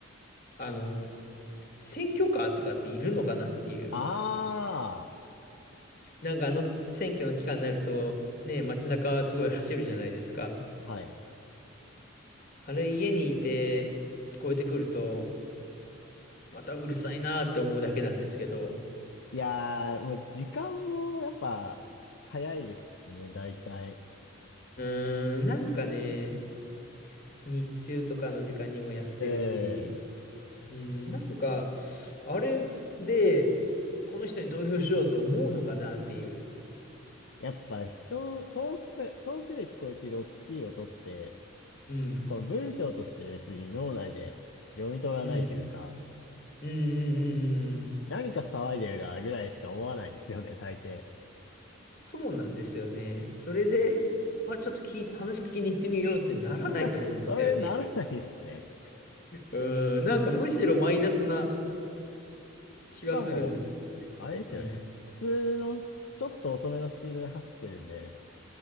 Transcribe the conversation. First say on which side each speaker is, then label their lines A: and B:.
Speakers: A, on the left; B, on the left.
A: あの、選挙カーとかっているのかなっていう。
B: あ
A: なんかあの選挙の期間になると、ね、街中はすごい走るじゃないですか。
B: あ、はい。
A: あれ、家にいて聞こえてくると、またうるさいなって思うだけなんですけど。
B: いやー、もう時間もやっぱ早いですしね、大体。
A: うーん、なんかね、日中とかの時間にもやってるし、
B: ええ
A: うん、なんか、あれで、この人に投票しようと思うのかなっていう。
B: やっぱ人、遠く、遠くで聞こえてる大きい音って、
A: うん、
B: この文章として別に脳内で読み取らないというか、
A: うん、うん、うん、うんうん
B: 何か騒いでるなぐらいしか思わないですよね、大抵。
A: そうなんですよね。それで、あ、ちょっと聞いて、話聞きに行ってみようってならないと思うんですよね。
B: <laughs> それならないですね。
A: うん、なんかむしろマイナスな気がするんですよね。
B: しかも、あれですよね。
A: うん、うん、
B: 普通のちょっと遅めのスピードで走ってるんで、